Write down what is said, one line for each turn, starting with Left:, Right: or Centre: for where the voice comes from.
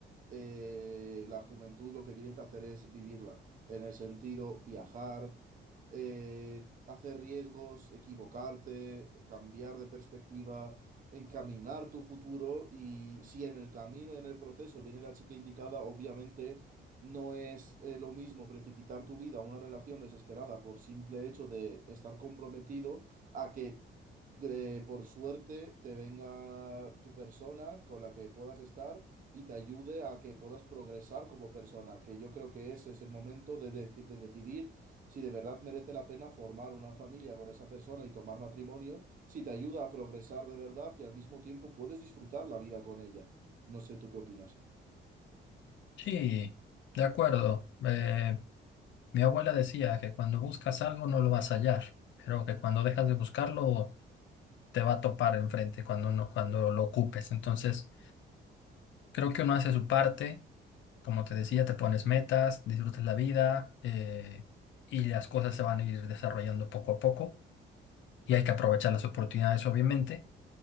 Right: eh, la juventud lo que tienes que hacer es vivirla, en el sentido viajar, eh, hacer riesgos, equivocarte, cambiar de perspectiva, encaminar tu futuro y si en el camino, en el proceso viene la chica indicada, obviamente no es eh, lo mismo precipitar tu vida a una relación desesperada por simple hecho de estar comprometido a que eh, por suerte te venga tu persona con la que puedas estar y te ayude a que puedas progresar como persona, que yo creo que ese es el momento de, deci- de decidir si de verdad merece la pena formar una familia con esa persona y tomar matrimonio, si te ayuda a progresar de verdad y al mismo tiempo puedes disfrutar la vida con ella. No sé, ¿tú qué opinas?
Left: Sí, de acuerdo. Eh, mi abuela decía que cuando buscas algo no lo vas a hallar, pero que cuando dejas de buscarlo te va a topar enfrente cuando no, cuando lo ocupes. Entonces, creo que uno hace su parte Como te decía, te pones metas, disfrutas la vida eh, y las cosas se van a ir desarrollando poco a poco y hay que aprovechar las oportunidades, obviamente,